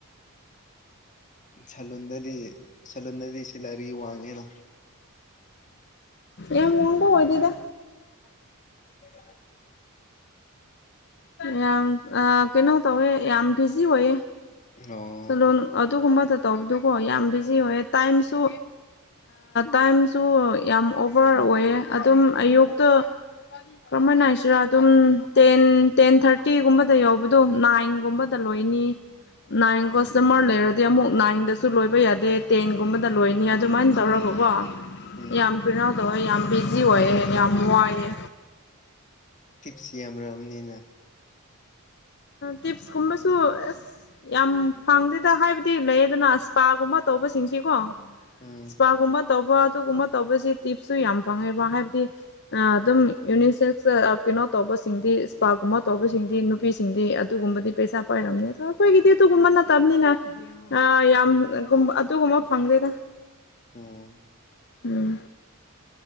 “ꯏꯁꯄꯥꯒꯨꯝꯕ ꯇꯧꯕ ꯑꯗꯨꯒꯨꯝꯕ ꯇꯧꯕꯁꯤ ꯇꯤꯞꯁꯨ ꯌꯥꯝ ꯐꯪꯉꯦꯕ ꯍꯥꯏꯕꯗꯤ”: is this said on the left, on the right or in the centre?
Left